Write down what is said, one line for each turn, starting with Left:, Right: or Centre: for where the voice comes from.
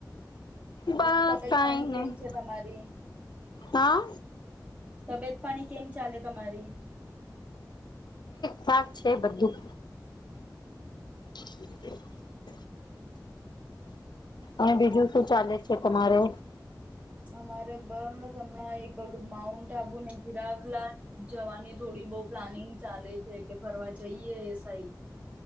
Right: બીજું
Left: બસ
Right: તબિયત
Left: કઈ
Right: પાણી કેમ
Left: નઈ
Right: છે તમારી
Left: હા
Right: તબિયત પાણી કેમ ચાલે તમારી.
Left: ક્યાક છે બધું. <inaudible> અને બીજું શું ચાલે છે તમારે.
Right: અમારે બમના એક. કલું માઉન્ટ આબુને જીરાવલા જવાની થોડી બઉ પ્લાનિંગ ચાલે છે કે ફરવા જઈએ એ સાઈડ.